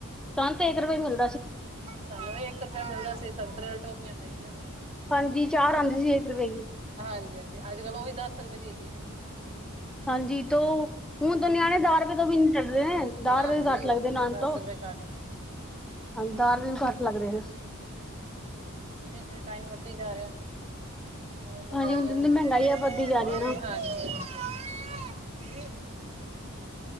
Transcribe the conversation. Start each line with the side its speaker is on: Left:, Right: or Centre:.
Centre: ਸਾਨ ਤੇ ਇੱਕ ਰੁਪਏ ਮਿਲ
Right: ਸਾਨੂੰ ਰੁਪਿਆ ਮਿਲਦਾ ਸੀ ਸੰਤਰੇ ਵਾਲੀ ਟੋਫੀਆਂ ਖਾਈ ਦੀਆਂ ਹੁੰਦੀਆਂ ਸੀ
Centre: ਹਾਂਜੀ ਚਾਰ ਆਉਂਦੀ ਸੀ ਇੱਕ ਰੁਪਏ ਦੀ
Right: ਹਾਂਜੀ-ਹਾਂਜੀ ਅੱਜ ਕੱਲ ਉਹ ਵੀ ਦਸ ਰੁਪਏ ਦੀ ਹੈਗੀ ਨੇ।
Centre: ਹਾਂਜੀ ਤ ਹੁਣ ਤ ਨਿਆਣੇ ਦਾਅ ਰੁਪਏ ਤੋਂ ਵੀ ਨੀ ਚ ਦਾਹ
Right: ਨਾ
Centre: ਰੁਪਏ
Right: ਜੀ
Centre: ਵੀ ਘੱਟ ਲੱਗਦੇ ਨਾਨ ਤੋਂ।
Right: ਰੁਪਏ ਘੱਟ ਨੇ
Centre: ਹਾਂਜੀ ਦਾਅ ਰੁਪਏ ਵੀ ਘੱਟ ਲੱਗਦੇ ਨੇ।
Right: ਜਿਵੇਂ-ਜਿਵੇਂ ਟਾਈਮ ਵੱਧਦੀ ਜਾ ਰਿਹਾ। ਉਹੀ ਮੈ
Centre: ਹਾਂਜੀ
Right: ਕਿਹਾ
Centre: ਹੁਣ ਜਿੰਨੀ
Right: ਰਹੀ ਆ
Centre: ਮਹਿੰਗਾਈ ਵੱਧਦੀ ਜਾ
Right: ਹਾਂਜੀ-ਹਾਂਜੀ।
Centre: ਰਹੀ ਹੈ ਨਾ